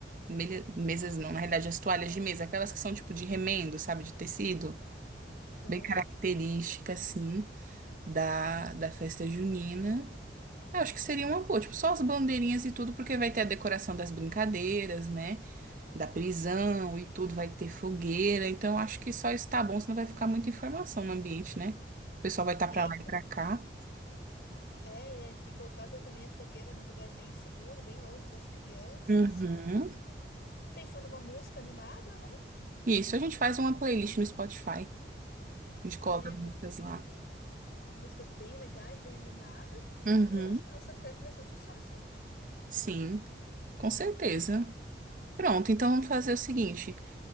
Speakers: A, on the right; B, on the left.
A: melha- mesas não, na realidade as toalhas de mesa, aquelas que são tipo de remendo, sabe, de tecido,
B: Sei.
A: bem característica assim da da festa junina. Eu acho que seria uma boa, tipo, só as bandeirinhas e tudo, porque vai ter a decoração das brincadeiras, né? da prisão e tudo, vai ter fogueira. Então, eu acho que só isso tá bom, senão vai ficar muita informação no ambiente, né? O pessoal vai estar
B: Fica.
A: tá para lá e para cá.
B: É, e a gente tem que colocar já também a fogueira num lugar bem seguro, bem longe das crianças.
A: Uhum.
B: Pensar numa música animada, né?
A: Isso, a gente faz uma playlist no Spotify. A gente coloca
B: É,
A: as músicas
B: uma
A: lá.
B: As músicas bem legais, bem animadas.
A: Uhum.
B: Eu acho que a nossa festa vai ser um sucesso, hein?
A: Sim, com certeza. Pronto, então vamos fazer o seguinte.